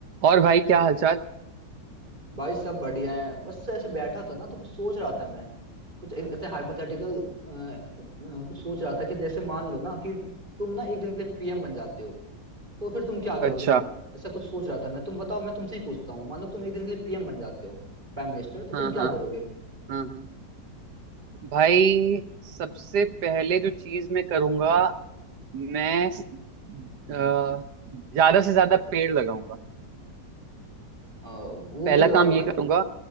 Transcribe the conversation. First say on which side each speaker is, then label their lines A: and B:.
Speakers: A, on the right; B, on the right.
A: और भाई क्या हालचाल
B: भाई सब बढ़िया है बस ऐसे बैठा था ना तो कुछ सोच रहा था मैं कुछ ऐ- ऐसे हाइपोथेटिकल कुछ सोच रहा था कि जैसे मान लो ना कि तुम ना एक दिन के लिए पीएम बन जाते हो तो फिर तुम क्या
A: अच्छा
B: करोगे ऐसा कुछ सोच रहा था मैं तुम बताओ मैं तुमसे ही पूछता हूँ मान लो तुम एक दिन के लिए पीएम बन जाते हो प्राइम मिनिस्टर तो तुम
A: हाँ
B: क्या
A: हाँ
B: करोगे
A: हाँ हाँ भाई सबसे पहले जो चीज मैं करूंगा मैं अ, ज्यादा से ज्यादा पेड़ लगाऊंगा
B: अ, वो
A: पहला
B: क्यों लगाओगे
A: काम
B: भाई
A: ये करूंगा